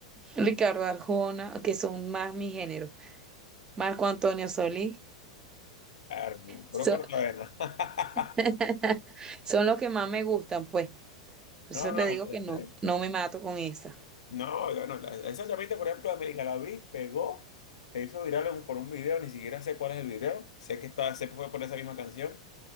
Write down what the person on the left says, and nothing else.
Armo, puro
cortavena.
<laughs>
No,
no,
este,
no, yo no, la- esa llamita, por ejemplo, de América la vi, pegó, se hizo viral en- por un video, ni siquiera sé cuál es el video, sé que está, se fue por esa misma canción,